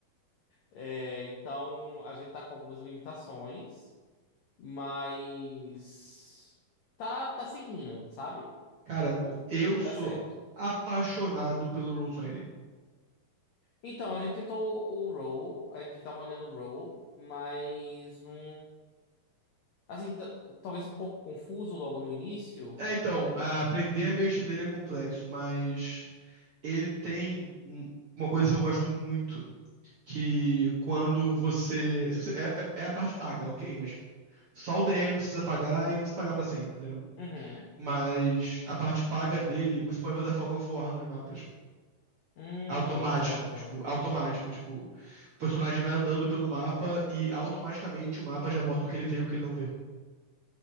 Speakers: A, on the left; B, on the right.
A: É, então, a gente tá com algumas limitações, mas tá, tá seguindo, sabe?
B: Cara,
A: Tipo,
B: eu
A: vai
B: sou
A: dar certo.
B: apaixonado pelo Roll20.
A: Então, a gente tentou o Roll, a gente tava olhando o Roll, mas não. Assim, ta- talvez um pouco confuso logo no início.
B: É, então, a- aprender a mexer nele é complexo, mas ele tem um- uma coisa que eu gosto muito, que quando você. se você- é, é- é a parte paga, ok, mas só o DM precisa pagar e não precisa pagar pra sempre, entendeu?
A: Uhum.
B: Mas a parte paga dele, você pode botar Fog of War nos mapas.
A: Hum,
B: Automático,
A: certo.
B: tipo, automático, tipo, o personagem vai andando pelo mapa e automaticamente o mapa já bota o que ele vê e o que ele não vê.